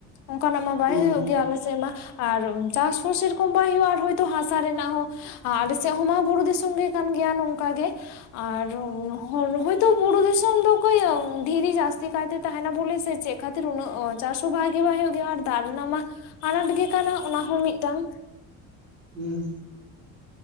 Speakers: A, on the left; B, on the right.
A: ᱚᱝᱠᱟᱱᱟᱜ ᱢᱟ ᱵᱟᱭ
B: ᱦᱩᱸ
A: ᱦᱩᱭᱩᱜ ᱜᱮᱭᱟ ᱟᱞᱮ ᱥᱮᱫ ᱢᱟ ᱟᱨ ᱪᱟᱥ ᱦᱚᱸ ᱥᱟᱹᱭ ᱨᱚᱠᱚᱢ ᱵᱟᱭ ᱦᱳᱭᱳᱜ-ᱟ ᱟᱨ ᱦᱚᱭᱛᱳ ᱦᱟᱥᱟ ᱨᱮᱱᱟᱜ ᱦᱚᱸ ᱟᱞᱮ ᱥᱮᱫ ᱦᱚᱸᱢᱟ ᱵᱩᱨᱩ ᱫᱤᱥᱚᱢ ᱜᱮ ᱠᱟᱱ ᱜᱮᱭᱟ ᱱᱚᱝᱠᱟ ᱜᱮ ᱟᱨ ᱦᱚᱭᱛᱚ ᱵᱩᱨᱩ ᱫᱤᱥᱚᱢ ᱫᱚ ᱚᱠᱚᱭ ᱫᱷᱤᱨᱤ ᱡᱟᱹᱥᱛᱤ ᱠᱟᱭᱛᱮ ᱛᱟᱦᱮᱱᱟ ᱵᱚᱞᱮ ᱥᱮ ᱪᱮᱫ ᱠᱷᱟᱹᱛᱤᱨ ᱩᱱᱟᱹᱜ ᱪᱟᱥ ᱦᱚᱸ ᱵᱷᱟᱜᱮ ᱵᱟᱭ ᱦᱩᱭᱩᱜ ᱜᱮᱭᱟ ᱟᱨ ᱫᱟᱜ ᱨᱮᱱᱟᱜ ᱢᱟ ᱟᱱᱟᱴ ᱜᱮ ᱠᱟᱱᱟ ᱚᱱᱟ ᱦᱚᱸ ᱢᱤᱫᱴᱟᱝ
B: ᱦᱩᱸᱻ ᱦᱩᱸᱻ